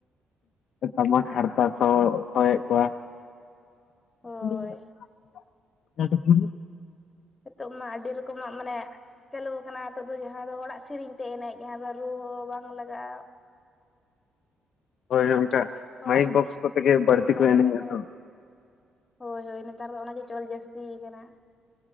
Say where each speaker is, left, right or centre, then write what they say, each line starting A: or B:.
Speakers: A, on the left (about 70°); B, on the left (about 20°).
A: ᱟᱨ ᱴᱟᱢᱟᱠ ᱦᱟᱨᱛᱟ ᱥᱚ ᱥᱚᱭᱮᱫ ᱠᱚᱣᱟ᱾ <unintelligible>
B: ᱦᱳᱭ ᱦᱤᱛᱚᱜ ᱢᱟ ᱟᱹᱰᱤ ᱨᱚᱠᱚᱢᱟᱜ ᱢᱟᱱᱮ ᱪᱟᱹᱞᱩ ᱟᱠᱟᱱᱟ ᱦᱤᱛᱚᱜ ᱫᱚ ᱡᱟᱦᱟᱸ ᱫᱚ ᱦᱚᱲᱟᱜ ᱥᱤᱨᱤᱧ ᱛᱮ ᱮᱱᱮᱡ ᱡᱟᱦᱟᱸ ᱫᱚ ᱨᱩ ᱦᱚᱸ ᱵᱟᱝ ᱞᱟᱜᱟᱜᱼᱟ᱾
A: ᱦᱳᱭ ᱚᱱᱠᱟ
B: ᱦᱚᱲᱟᱜ
A: ᱢᱟᱭᱤᱠ ᱵᱚᱠᱥ ᱠᱚ ᱛᱮ ᱜᱮ ᱵᱟᱹᱲᱛᱤ
B: ᱨᱩ ᱨᱟᱦᱟ
A: ᱠᱚ ᱮᱱᱮᱡ-ᱟ
B: ᱛᱮᱢ
A: ᱛᱚ᱾
B: ᱦᱳᱭ ᱦᱳᱭ ᱱᱮᱛᱟᱨ ᱫᱚ ᱚᱱᱟ ᱜᱮ ᱪᱚᱞ ᱡᱟᱹᱥᱛᱤ ᱠᱟᱱᱟ᱾